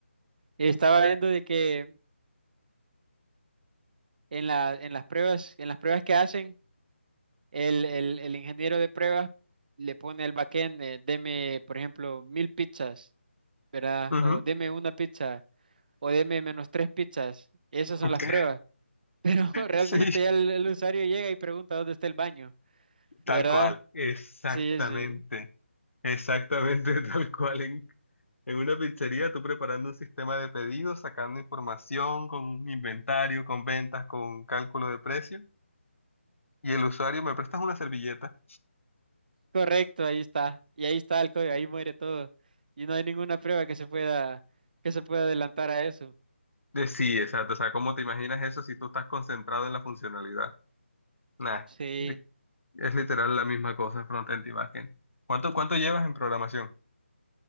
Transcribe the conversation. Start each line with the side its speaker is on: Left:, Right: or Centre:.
Right: Estaba viendo de que en la, en las pruebas, en las pruebas que hacen, el, el, el ingeniero de pruebas le pone al backend, eh, deme, por ejemplo, mil pizzas, ¿verdad?
Left: Ujú.
Right: O deme una pizza. o deme menos tres pizzas. Esas son
Left: <laughs>
Right: las pruebas. Pero <laughs> realmente
Left: Sí,
Right: ya el, el usuario llega y pregunta dónde está el baño,
Left: tal
Right: ¿verdad?
Left: cual, exactamente,
Right: Sí, sí.
Left: exactamente <laughs> tal cual, en- En una pizzería, tú preparando un sistema de pedidos, sacando información con un inventario, con ventas, con cálculo de precio, y el usuario, ¿me prestas una servilleta?
Right: Correcto, ahí está. Y ahí está el código, ahí muere todo. Y no hay ninguna prueba que se pueda, que se pueda adelantar a eso.
Left: De sí, exacto. O sea, ¿cómo te imaginas eso si tú estás concentrado en la funcionalidad? Nah,
Right: Sí.
Left: de- es literal la misma cosa, frontend y backend. ¿Cuánto, cuánto llevas en programación?